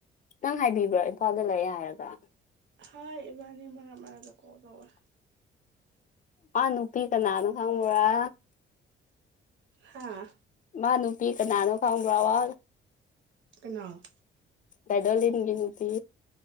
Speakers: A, on the left; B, on the right.
A: ꯅꯪ ꯍꯥꯏꯕꯤꯕ꯭ꯔ ꯏꯝꯐꯥꯜꯗ ꯂꯩꯌꯦ ꯍꯥꯏꯔꯒ
B: ꯍꯣꯏ ꯏꯕꯥꯅꯤ ꯃꯔꯛ ꯃꯔꯛꯇ ꯀꯣꯜ ꯇꯧꯋꯦ
A: ꯃꯥ ꯅꯨꯄꯤ ꯀꯅꯥꯅꯣ ꯈꯪꯕꯔ
B: ꯍꯥꯥ
A: ꯃꯥ ꯅꯨꯄꯤ ꯀꯅꯥꯅꯣ ꯈꯪꯕ꯭ꯔꯕ
B: ꯀꯅꯥ
A: ꯒꯥꯏꯗꯣꯂꯤꯟꯒꯤ ꯅꯨꯄꯤ